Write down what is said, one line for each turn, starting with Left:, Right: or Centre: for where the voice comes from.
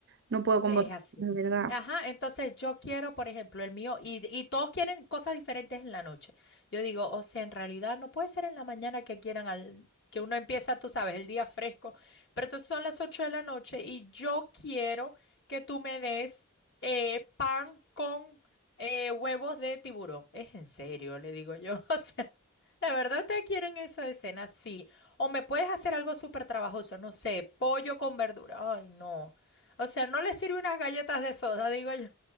Right: no puedo con
Left: Es
Right: vos,
Left: así.
Right: de verdad.
Left: Ajá, entonces yo quiero, por ejemplo, el mío, y, y todos quieren cosas diferentes en la noche. Yo digo, o sea, en realidad no puede ser en la mañana que quieran al, que uno empieza, tú sabes, el día fresco, pero entonces son las 8 de la noche y yo quiero que tú me des eh, pan con eh, huevos de tiburón. Es en serio, le digo yo. <laughs> O sea, ¿de verdad ustedes quieren eso de cena? Sí. O me puedes hacer algo súper trabajoso, no sé, pollo con verdura. Ay, no. O sea, no le sirve unas galletas de soda, digo yo.